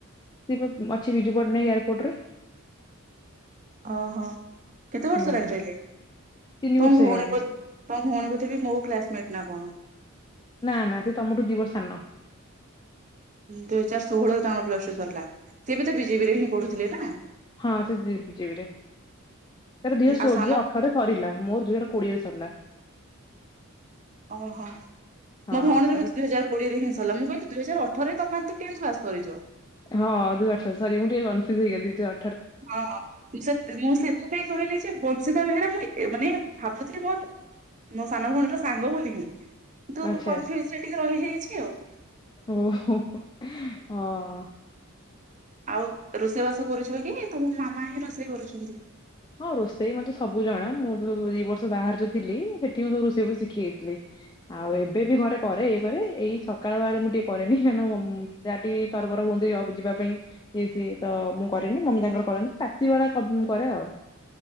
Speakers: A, on the left; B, on the right.
A: ସେ ଅଛି ବିଜୁ ପଟନାୟକଏୟାରପୋର୍ଟରେ।
B: ଓହୋ କେତେ ବର୍ଷ
A: ହୁଁ
B: ହେଲାଣି ରହିଲେ
A: ତିନି ବର୍ଷ
B: ତମ
A: ହେଇଗଲାଣି
B: ଭଉଣୀ ତମ ଭଉଣୀକୁ ଥିବି ମୋ କ୍ଳାସମେଟ ନା କଣ?
A: ନା ନା ସେ ତମଠୁ ଦିବର ସାନ।
B: ଦୁଇ ହଜାର ଷୋହଳରେ ତାଙ୍କର ପ୍ଲସ ଟୁ ସରିଲା ସିଏ ବି ତ ବିଜେପିରେ ହିଁ ପଢୁଥିଲେ ନା।
A: ହଁ ସେ ଯିବି ବିଜେବିରେ ତାର ଦୁଇ ହ
B: ଆଉ
A: ଶୋ
B: ସାନ
A: ଦୁଇ ଅଠରରେ ସରିଲା ମୋର ଦୁଇ ହଜାର କୋଡିଏରେ ସରଲା।
B: ଓହୋ,
A: ହଁ
B: ମୋ ଭଉଣୀରେ
A: ତାର
B: ଦୁଇ ହଜାର କୋଡିରେ ହିଁସରଲା ମୁଁ କହିଲି ଦୁଇ ହଜାରଅଠରେ ତମମାନେ ଟେଥ ପାସ୍ କରିଚ।
A: ହଁ ଦି ଆଠର ସରି ମୁଁ ଟିକେ କନଫୁଜ ହେଇଲି ଦିଇଅ
B: ହଁ ହଁ। ମୁଁ ସେଥିପାଇଁ କହିଲି ଯେ ବଂଶିତା ବେହେରା ମୁଁ ମାନେ ଭାବୁ ଥିଲି ମୋ ମୋ ସାନ ଭଉଣୀର ସାଙ୍ଗ ବୋଲି ହିଁ ତୁ
A: ଆଚ୍ଛା।
B: କନଫିଜ୍ ରେ ଟିକେ ରହିଯାଇଛି ଆଉ।
A: ଓହୋ ହଁ।
B: ଆଉ ରୋଷେଇ ବାସ କରୁଛ କି ତମ ମାମା ହିଁ ରୋଷେଇ କରୁଛନ୍ତି।
A: ହଁ ରୋଷେଇ ମତେ ସବୁ ଜଣା ମୁଁ ଯୋଉ ଦି ବର୍ଷ ବାହାର ଯୁ ଥିଲି ମୁଁ ରୋଷେଇ ବି ଶିଖି ଯାଇଥିଲି। ଆଉ ଏବେ ବି ଘରେ କରେ ଇଏ କରେ ଏଇ ସକାଳ ବଳେ ମୁଁ ଟିକେ କରେନି କାହିଁ ନା ଡା ତରବର ହୁଅନ୍ତିଉ ଯିବା ପାଇଁ। ଏ ସିଏ ତ ମୁଁ କରେନି ମମି ତାଙ୍କର କରନ୍ତି ରାତି ବା କରେ ଆଉ।